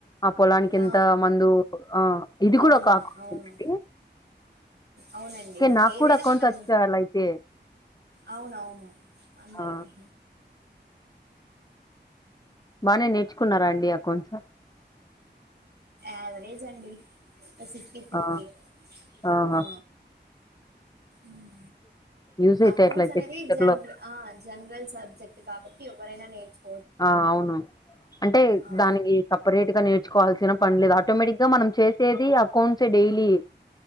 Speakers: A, on the left; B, on the right.
A: ఆ పొలానికి ఎంత
B: ఆ
A: మందు ఆ ఇది
B: అవును
A: కూడా కాకూడండి
B: అవును అవునండి
A: నాకు
B: ఏదైనా
A: కూడా అకౌంట్స్
B: మనం
A: వచ్చ అలా అయితే
B: అవును అవును అన్నరికి
A: ఆ బాగానే నేర్చుకున్నారా అడి అక్కౌంట్స్
B: యావరేజ్ అండి ఫిఫ్టీ ఫిఫ్టీ
A: ఆ ఆహా
B: ఆ మ్
A: యూజ్ అయితాయి
B: అకౌంట్స్
A: అట్లయితే
B: అనేది
A: ఫ్యూచర్
B: జనర్
A: లో
B: ఆ జనరల్ సబ్జెక్ట్ కాబ ట్టి ఎవ్వరైనా నేర్చు
A: ఆ అవును అంటే
B: ఆ
A: దానికి సపరేట్ గా నేర్చుకోవాల్సిన పని లేదు ఆటోమేటిక్ గా మనం చేసేది అకౌంట్స్ డైలీ